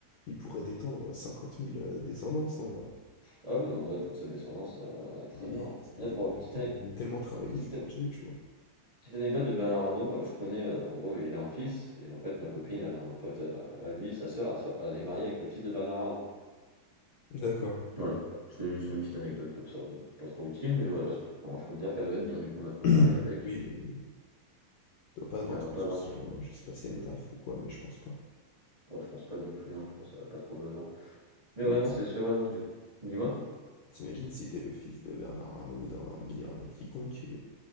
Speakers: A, on the left; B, on the right.
A: il pourrait détendre cinquante mille heu, descendances, hein,
B: Ah oui, non, mais là, toute sa descendance, heu, elle est très
A: il
B: bien. hein.
A: il
B: Là, pour
A: il
B: la petite ane
A: aime tellement travailler
B: petite
A: qu'il continue, tu vois?
B: Petite anecdote de Bernard Arnault, bah, je connais, euh, en gros, il a un fils, et en fait, ma copine, elle a un pote à, à lui, sa sœur, elle so- elle est mariée avec le fils de Bernard Arnault.
A: D'accord.
B: Voilà, c'était juste une petite anecdote comme ça, bon, pas trop utile, mais voilà, c'est pas- alors, je peux te dire qu'elle doit être bien du coup maintenant
A: <clears throat>
B: mariée avec.
A: Oui, oui, oui. Doit pas avoir
B: Elle
A: trop
B: va pas
A: de soucis,
B: avoir. ce-
A: hein. Je sais pas si
B: Ouais.
A: elle taffe ou quoi, mais je pense pas.
B: Oh, je pense pas non plus, hein, je pense qu'elle a pas trop besoin. Mais
A: Putain
B: ouais,
A: mais
B: non,
A: ti
B: c'est sûr, ouais, non, du Dis-moi?
A: tu si t'es le fils de Bernard Arnault ou d'un milliardaire
B: Non.
A: quiconque et